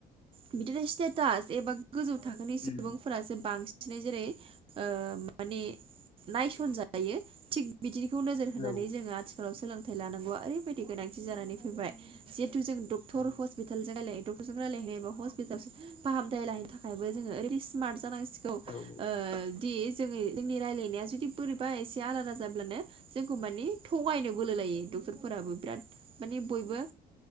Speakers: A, on the right; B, on the left.
A: बिदिनो स्टेटास एबा गोजौ थाखोनि सुबुंफोरासो
B: उम
A: बांसिनै जेरै ओ माने नायसनजायो थिग बिदिखौ नोजोर होनानै
B: औ
A: जोङो आथि खालाव सोलोंथाइ लानांगौआ ओरैबायदि गोनांथि जानानै फैबाय। जिहेथु जों डक्टर
B: औ
A: हस्पिटालजों रायलायो डक्टरजों रायलायहायोबा हस्पिटालसिम फाहामथाय लाहैनो थाखायबो जोङो ओरैदि स्मार्ट जानांसिगौ ओ
B: औ औ
A: दि जोङो जोंनि रायज्लायनाया जुदि बोरैबा एसे आलादा जाब्लानो। जोंखौ माने थगायनो बोलो लायो डक्टरफोराबो बिराद माने बयबो।